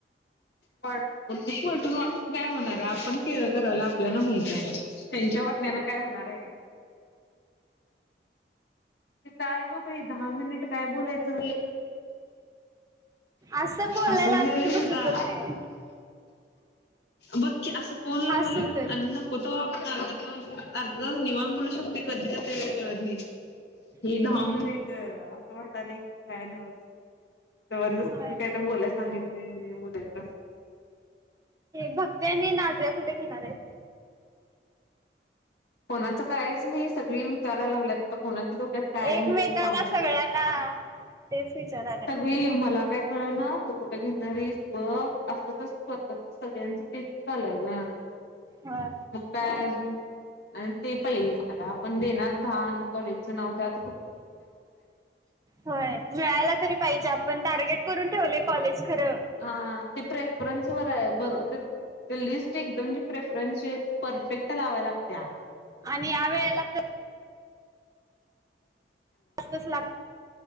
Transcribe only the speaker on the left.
वाट नाही वाटून वाटून काय होणार आपण केलं. करायला आपल्याला माहिती आहे. त्यांच्या वाटण्यान काय होणार आहे काय, काय ग भाई दहा मिनिट काय बोलायचं,
हासून
च यालय
मला,
बघ क असं, फोन लावाला
म्हून
आणि, नको त आपण अर्धा त अर्धा त निवतं बोलू शकते कधी, वे नाही हे
दहा मिनिट वाट काय नव्हच जबरदस्तुही
काय तर बोलाय च, सांगितले बोलायच अस,
कोणाचं कायच नाही सगळी विचाराला लागल्यात आता कोणाचे दो, त्यात काय
मी कस सांगू
शकते, स
सगळी मला काय कळणार. तो कुठं घेणारेस बघ असच स्वतः सगळ्यांचं पिककालय ग.
मग काय अजून, आणि ते पहिले आता आपण देणार दहा आणि कॉलेजचं नाव त्यात
हा ते प्रेफरन्स वर आहे. बरो लिस्ट एकदम प्रेफरन्स, परफेक्ट लावा लागतया.